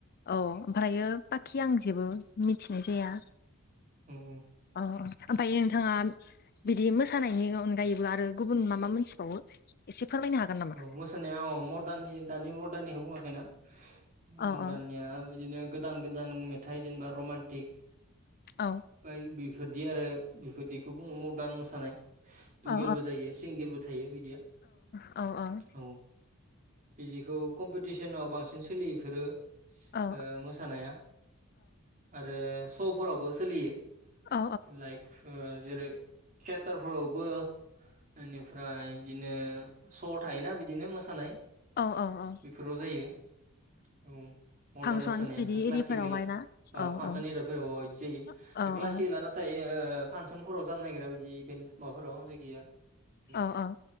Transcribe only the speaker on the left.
औ ओमफ्रायो बाखि आं जेबो मिथिनाय जाया
अ ओमफ्राय नोंथाङा बिदि मोसानायनियाव गायोबो आरो गुबुन मा मा मोनथिबावो एसे फोरमायनो हागोन नामा
औ
औ
औ
औ
अ अ
औ
औ
औ औ
फांसनस
बिदि
एरिफोरावहाय ना
औ
औ
औ
औ
औ औ